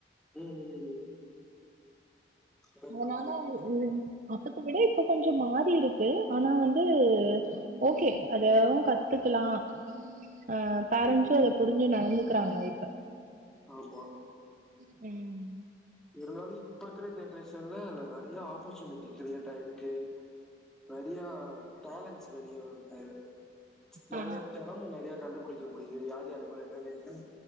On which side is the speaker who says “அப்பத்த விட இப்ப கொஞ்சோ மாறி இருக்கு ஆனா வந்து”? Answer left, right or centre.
Right